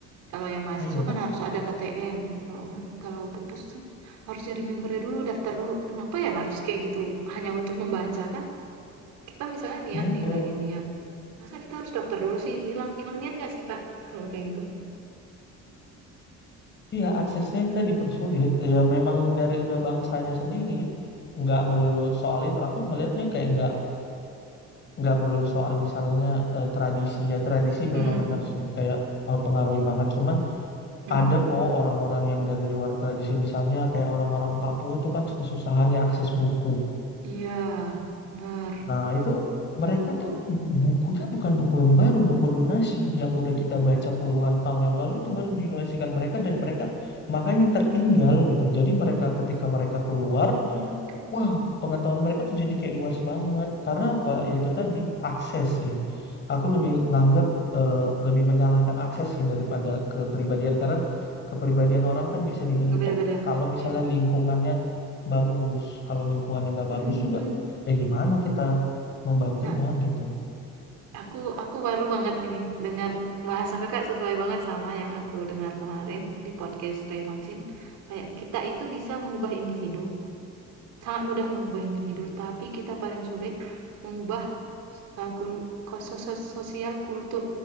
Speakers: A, on the right; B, on the left.
A: Kalau yang mahasiswa
B: Nah, iya kan?
A: kan harus ada KTM. Kalau ma- kalau perpus tuh harus jadi membernya dulu, daftar dulu. Kenapa ya harus kayak gitu? Hanya untuk membaca kan? Kita misalnya niat
B: Nah itu,
A: nih lagi niat. Masa kita harus daftar dulu sih? Hilang hilang niat nggak sih Kak? Kalau kayak gitu?
B: iya aksesnya kita dipersulit. Ya memang dari udah bangsanya sendiri, nggak melulu soal itu. Aku ngelihatnya kayak nggak nggak melulu soal misalnya eh, tradisi ya tradisi
A: Mm-mm.
B: memang benar sih kayak eh, pengaruhi banget. Cuma
A: Mm-mm.
B: Ada kok orang-orang yang dari luar tradisi misalnya kayak orang-orang Papua itu kan kesusahan ya akses buku.
A: Iya, benar.
B: Nah itu mereka tuh bukunya bukan buku yang baru, buku donasi yang udah kita baca puluhan tahun yang lalu itu baru didonasikan mereka dan mereka makanya tertinggal gitu. Jadi mereka ketika mereka keluar
A: Oke.
B: Wah, pengetahuan mereka tuh jadi kayak luas banget. Karena apa? Ya itu tadi akses sih. Aku lebih nganggap eh, lebih menyalahkan akses sih daripada kepribadian karena kepribadian orang kan bisa dibentuk
A: Nggak beda-beda.
B: kalau misalnya
A: Iya.
B: lingkungannya bagus. Kalau lingkungannya nggak
A: Hmm.
B: bagus juga, ya gimana kita membantunya
A: Nah,
B: gitu.
A: aku aku baru banget ini dengar bahasa kakak sesuai banget sama yang aku dengar kemarin di podcast Raymondin. Kayak kita itu bisa mengubah individu, sangat mudah mengubah individu, tapi kita paling sulit mengubah uh, kul- ko- sos- sos- sosial kultur